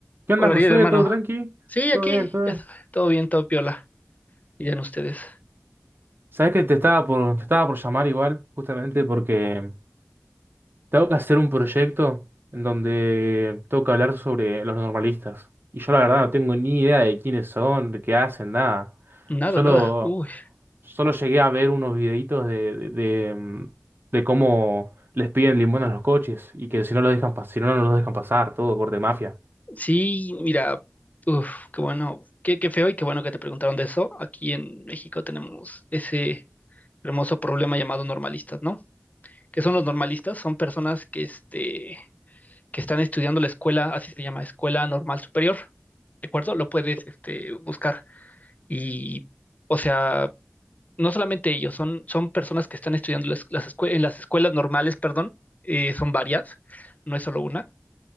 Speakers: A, on the right; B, on the left.
A: ¿Qué onda,
B: Hola, Ariel,
A: Josué?
B: hermano.
A: ¿Todo tranqui?
B: Sí,
A: ¿Todo
B: aquí,
A: bien? ¿Todo
B: ya
A: bien?
B: sabe, todo bien, todo piola. Y ya en ustedes.
A: Sabes que te estaba por, te estaba por llamar igual, justamente porque tengo que hacer un proyecto en donde tengo que hablar sobre los normalistas. Y yo la verdad no tengo ni idea de quiénes son, de qué hacen, nada.
B: Nada,
A: Solo,
B: nada. Uy,
A: solo llegué a ver unos videitos de, de, de, mm, de cómo les piden limosna a los coches y que si no los dejan, pas- si no, no los dejan pasar, todo corte mafia.
B: sí, mira, uf, qué bueno, qué, qué feo y qué bueno que te preguntaron de eso. Aquí en México tenemos ese hermoso problema llamado normalistas, ¿no? ¿Qué son los normalistas? Son personas que, este, que están estudiando la escuela, así se llama, Escuela Normal Superior, ¿de acuerdo? Lo puedes, este, buscar. Y, o sea... no solamente ellos, son, son personas que están estudiando las, las escue- en las escuelas normales, perdón, eh, son varias, no es solo una,